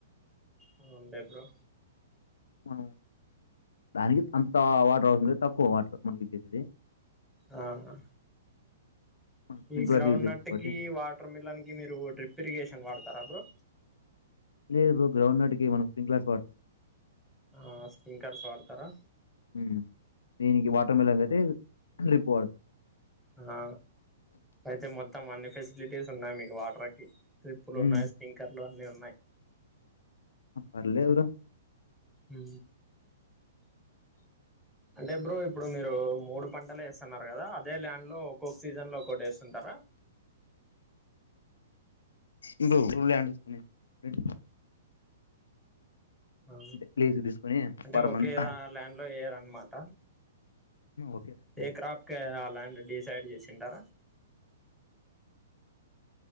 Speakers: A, in the centre; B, on the left (about 80°).
A: అవున్ లే బ్రో
B: అ దానికి అంత వాటర్ అవసరం లేద్ తక్కువ వాటర్ మనకి ఇచ్చేస్ దే
A: ఆహ
B: మనం స్ప్రింక్లర్స్
A: ఈ గ్రౌండ్
B: యూజ్ చేస్తాం
A: నట్
B: కాబట్టి
A: కి వాటర్ మిల్లాన్కి మీరు డ్రిప్ ఇరిగేషన్ వాడతారా బ్రో
B: లేదు బ్రో గ్రౌండ్ నట్ కి ఏమన్నా స్్రింగ్క్్లాస్ వాడతాం
A: ఆ స్ప్రింకర్స్ వాడతారా
B: ఉ దీనికి వాటర్ మెల్లంగ్ అయితే రిపోర్ట్
A: ఆ అయితే మొత్తం అన్ని ఫెసిలిటీస్ ఉన్నాయి మీకు వాటర్కి ట్రిప్పులు
B: హ్మ్
A: ఉన్నాయి స్పింకర్లు అన్నీ ఉన్నాయి
B: ఆ పర్లేదు బ్రో
A: ఉ అంటే బ్రో ఇప్పుడు మీరు మీరు మూడు పంటలు వేస్తున్నారు కదా అదే ల్యాండ్ లో ఒక్కొక్క సీజన్ లో ఒక్కటి వేస్తుంటారా హ్
B: ఇంకో ల్యాండ్ ఉంది రెండు
A: ఆ
B: అంటే లీజుకు తీసుకొని
A: అంటే
B: పర్
A: ఒకేదా
B: మంత్
A: ల్యాండ్ లో వయ్యారన్నమాట
B: ఓకే రైట్.
A: ఏ క్రాప్కే ఆ ల్యాండ్ డిసైడ్ చేసింటారా